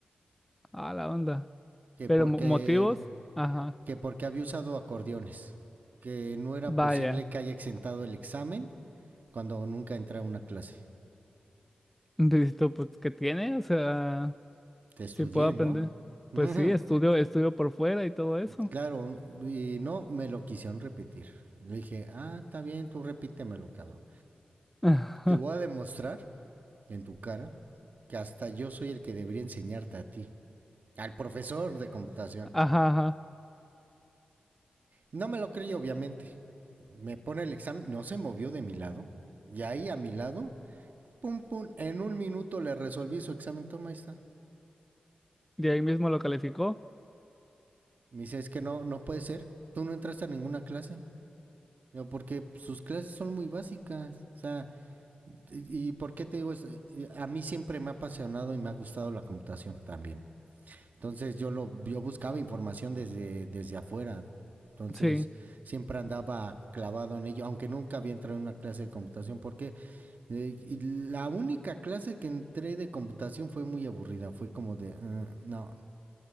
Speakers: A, in the centre; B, on the right.
A: A la onda.
B: Que
A: Pero
B: porque,
A: mo- motivos. Ajá.
B: que porque había usado acordeones, que no era
A: Vaya.
B: posible que haya exentado el examen cuando nunca entré a una clase.
A: Dices tú, pues, ¿qué tiene? O sea,
B: Te estudié,
A: si puedo aprender.
B: ¿no? <laughs>
A: Pues sí, estudio, estudio por fuera y todo eso.
B: claro, y no me lo quisieron repetir. Le dije, ah, está bien, tú repítemelo, cabrón.
A: <laughs> Ajá,
B: Te voy a demostrar en tu cara que hasta yo soy el que debería enseñarte a ti, al profesor de computación.
A: ajá.
B: No me lo creí, obviamente. Me pone el examen, no se movió de mi lado. Y ahí a mi lado, pum, pum, en un minuto le resolví su examen, toma, ahí está.
A: Y ahí mismo lo calificó.
B: Me dice, es que no, no puede ser. Tú no entraste a ninguna clase. Yo, porque sus clases son muy básicas. O sea, ¿y y por qué te digo eso? A mí siempre me ha apasionado y me ha gustado la computación también. Entonces yo lo, yo buscaba información desde, desde afuera. Entonces
A: Sí,
B: siempre andaba clavado en ello, aunque nunca había entrado en una clase de computación. ¿Por qué? Eh, y la única clase que entré de computación fue muy aburrida. Fue como de, "Ah, no,